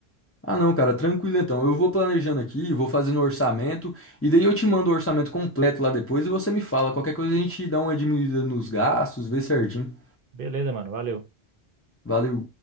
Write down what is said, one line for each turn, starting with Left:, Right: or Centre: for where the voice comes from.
Left: Ah, não, cara, tranquilo então. Eu vou planejando aqui, vou fazendo o orçamento, e daí eu te mando o orçamento completo lá depois e você me fala. Qualquer coisa a gente dá uma diminuída nos gastos, vê certinho.
Right: Beleza, mano, valeu.
Left: Valeu.